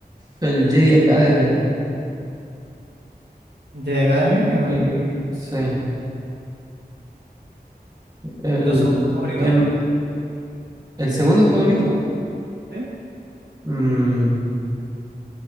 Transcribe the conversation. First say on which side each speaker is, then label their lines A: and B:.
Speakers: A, on the right; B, on the right.
A: el Jedi Academy.
B: Jedi Academy
A: El,
B: y, y
A: sí. El,
B: tu segundo favorito,
A: a mí el, el segundo favorito.
B: ¿sí?
A: mm,